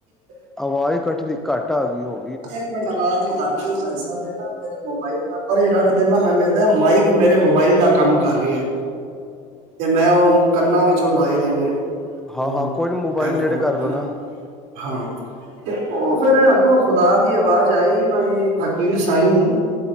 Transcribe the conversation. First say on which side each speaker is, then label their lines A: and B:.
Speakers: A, on the right (about 55°); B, in the centre.
A: <unintelligible>
B: ਆਵਾਜ਼ ਕਟਦੀ ਘੱਟ ਆ ਗਈ ਹਹੋ
A: ਇੱਕ ਮਿੰਟ ਆਵਾਜ਼ ਘੱ ਮੇਰੇ ਮੋਬਾਇਲ ਮ ਪਰੇ ਰੱਖ ਦੇਨਾ ਮੈਨੂੰ ਲੱਗਦਾ ਮਾਈਕ ਮੇਰੇ ਮੋਬਾਇਲ ਦਾ ਕੰਮ ਕਰ ਰਿਹਾ ਤੇ ਮੈਂ ਉਹ ਕੰਨਾਂ ਵਿੱਚੋਂ ਉਹ ਲਾਏ ਦੇ ਨੇ
B: ਹਾਂ-ਹਾਂ
A: ਉਹ
B: ਕੋਈ ਨੀ ਮੋਬਾਇਲ
A: ਹੈਡਫੋਨ
B: ਨੇੜੇ ਕਰ
A: ਹੈਨਾ
B: ਲੋ ਨਾ।
A: ਹਾਂ ਉਹ ਫੇਰ ਅੱਗੋਂ ਖੁਦਾ ਦੀ ਆਵਾਜ਼ ਆਈ ਬਈ ਫ਼ਕੀਰ ਸਾਈ,